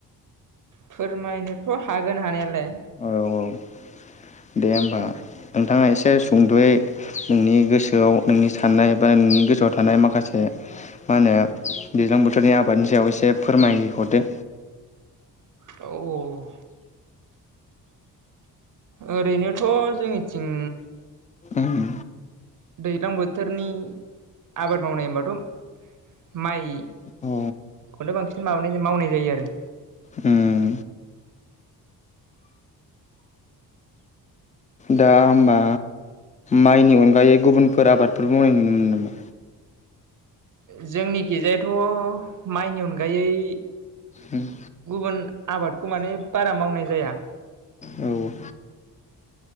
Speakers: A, on the right; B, on the left.
A: फोरमायनोथ' हागोन हानायालाय।
B: औ औ दे होमबा नोंथाङा एसे सुंद'यै। नोंनि गोसोआव नोंनि साननाय बा नोंनि गोसोआव थानाय माखासे मा होनो दैज्लां बोथोरनि आबादनि सायाव एसे फोरमाय हरदो।
A: औ ओ ओरैनोथ' जोंनिथिं
B: ओङो
A: दैज्लां बोथोरनि आबाद मावनाय होनबाथ' माइ
B: औ
A: खौनो बांसिन माबानाय मावनाय जायो आरो।
B: उम दा होमबा माइनि अनगायै गुबुनफोर आबादफोर मावनाय नुनो मोनो नामा?
A: ओ जोंनि खिजायाथ' माइनि अनगायै
B: उम
A: गुबुन आबादखौ माने बारा मावनाय जाया।
B: औ